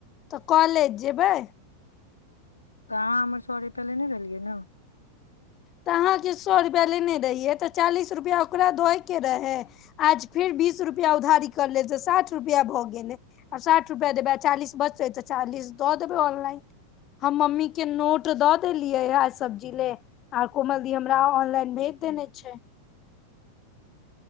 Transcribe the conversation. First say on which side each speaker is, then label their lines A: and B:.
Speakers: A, on the left; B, on the left.
A: तऽ कॉलेज जेबै
B: अहाँ हमर सौ रूपया लेने रहलियै ने
A: तऽ अहाँके सए रुपैआ लेने रहियै तऽ चालीस रुपैआ ओकरा धयके रहै आज फेर बीस रुपैआ उधारी करि लेल तऽ साठि रुपैआ भऽ गेलै आ साठि रुपैआ देबै आ चालीस बचतै तऽ चालीस दऽ देबै ऑनलाइन हम मम्मीके नोट दऽ देलियै है सब्जी ले आओर कोमलदी हमरा ऑनलाइन भेज देने छै